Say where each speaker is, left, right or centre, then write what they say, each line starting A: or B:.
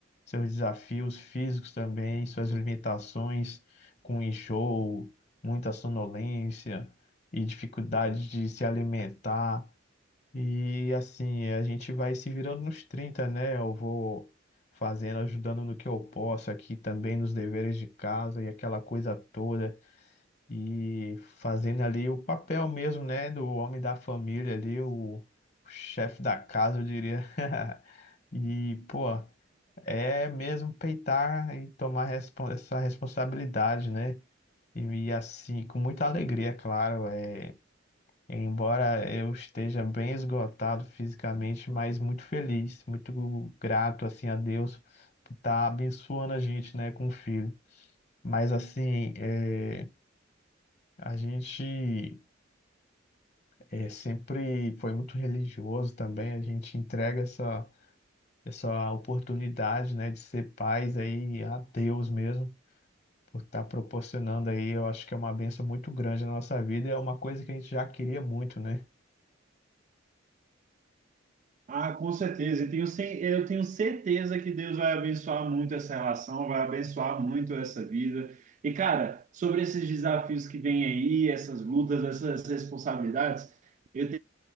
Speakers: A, on the left; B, on the right.
A: seus desafios físicos também, suas limitações com enjoo, muita sonolência e dificuldade de se alimentar. E assim, a gente vai se virando nos 30, né? Eu vou fazendo, ajudando no que eu posso aqui também nos deveres de casa e aquela coisa toda. E fazendo ali o papel mesmo, né? Do homem da família ali, o chefe da casa, eu diria. <laughs> E, pô, é mesmo peitar e tomar respon- essa responsabilidade, né? E, e assim, com muita alegria, é claro. É Embora eu esteja bem esgotado fisicamente, mas muito feliz, muito grato assim a Deus por estar abençoando a gente, né, com o filho. Mas assim, é, a gente é, sempre foi muito religioso também. A gente entrega essa essa oportunidade, né, de ser pais aí a Deus mesmo por estar proporcionando aí. Eu acho que é uma bênção muito grande na nossa vida. É uma coisa que a gente já queria muito, né?
B: Ah, com certeza. Eu tenho, ce- eu tenho certeza que Deus vai abençoar muito essa relação, vai abençoar muito essa vida. E, cara, sobre esses desafios que vêm aí, essas lutas, essas responsabilidades, eu